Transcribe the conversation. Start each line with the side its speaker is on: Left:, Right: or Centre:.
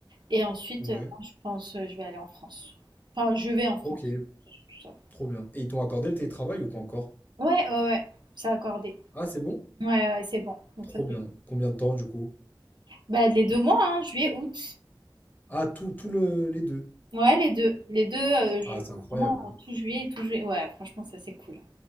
Right: Et ensuite,
Left: Ouais,
Right: heu, non, je pense, heu, je vais aller en France. Enfin, je vais en France,
Left: ok,
Right: c'est surtout ça.
Left: trop bien. Et ils t'ont accordé le télétravail ou pas encore?
Right: Ouais, ouais, ouais, c'est accordé.
Left: Ah, c'est bon?
Right: Ouais, ouais, c'est bon, donc
Left: Trop
Right: ça
Left: bien.
Right: c'est bon.
Left: Combien de temps du coup?
Right: Bah, les 2 mois, hein, juillet, août.
Left: Ah, tout, tout le, les deux.
Right: Ouais, les deux les deux heu, je
Left: Ah, c'est incroyable.
Right: vraiment tout juillet, tout juillet. Ouais, franchement, ça c'est cool.